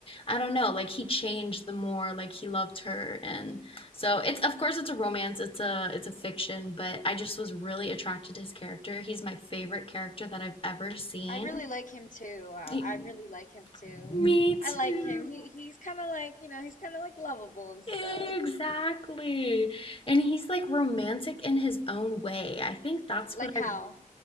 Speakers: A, on the left; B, on the left.
A: i don't know like he changed the more like he loved her and so it's of course it's a romance it's a it's a fiction but i just was really attracted to his character he's my favorite character that i've ever seen
B: I really like him too. I
A: He-
B: really like him too.
A: me too
B: I like him. He he's kind of like, you know, he's kind of like lovable and stuff.
A: Exactly. And he's like romantic in his own way. I think that's
B: Like
A: what
B: how?
A: I